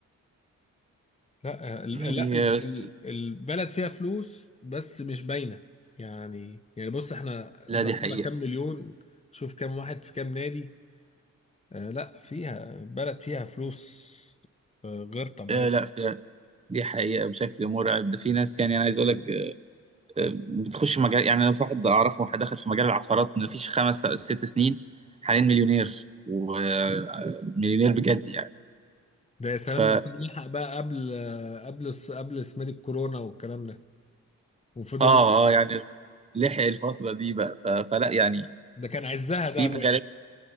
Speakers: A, on the left; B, on the right.
A: لا ال-
B: يعني
A: لا ال-
B: آه، بس
A: ال- البلد فيها فلوس بس مش باينه يعني يعني بص احنا
B: لا
A: ضربنا
B: دي حقيقة
A: كام مليون شوف كام واحد في كام نادي آه لا فيها بلد فيها فلوس آه غير طبيعيه
B: آه، لا في دي حقيقة بشكل مرعب ده في ناس يعني أنا عايز أقول لك آه، آه، بتخش مجال يعني أنا في واحد أعرفه واحد دخل في مجال العقارات ما فيش خمس ست سنين حاليا مليونير ومليونير بجد يعني
A: ده يا سلام
B: ف
A: لو كان لحق بقى قبل آه قبل الس- قبل اسمها دي الكورونا والكلام ده وفضل
B: آه
A: يجري.
B: آه يعني لحق الفترة دي بقى ف... فلا يعني
A: ده كان عزها
B: في
A: ده يا باشا
B: مجالات